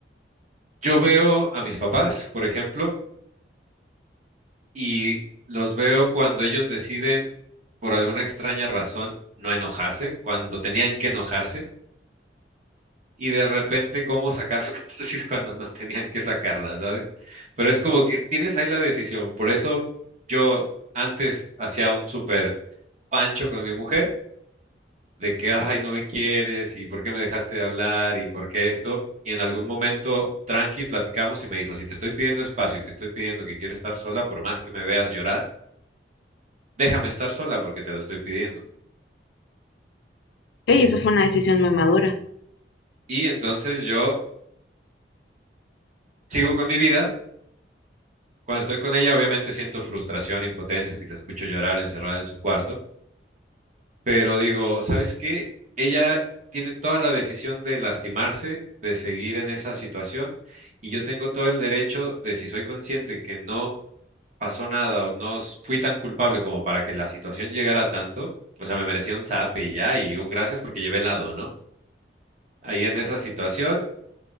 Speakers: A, on the right; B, on the left.
A: yo veo a mis papás, por ejemplo, y los veo cuando ellos deciden, por alguna extraña razón, no enojarse, cuando tenían que enojarse, y de repente cómo sacar su <laughs> catarsis cuando no tenían que sacarla, ¿sabes? Pero es como que tienes ahí la decisión. Por eso yo antes hacía un súper pancho con mi mujer de que, ay, no me quieres y por qué me dejaste de hablar y por qué esto. Y en algún momento, tranqui, platicamos y me dijo, si te estoy pidiendo espacio y te estoy pidiendo que quiero estar sola, por más que me veas llorar, déjame estar sola porque te lo estoy pidiendo.
B: Sí, eso fue una decisión muy madura.
A: Y entonces yo sigo con mi vida. Cuando estoy con ella, obviamente siento frustración, impotencia si la escucho llorar encerrada en su cuarto, pero digo, ¿sabes qué? Ella tiene toda la decisión de lastimarse, de seguir en esa situación, y yo tengo todo el derecho de, si soy consciente que no pasó nada o no s- fui tan culpable como para que la situación llegara a tanto, o sea, me merecía un zap y ya, y un gracias porque llevé helado, ¿no? Ahí en esa situación,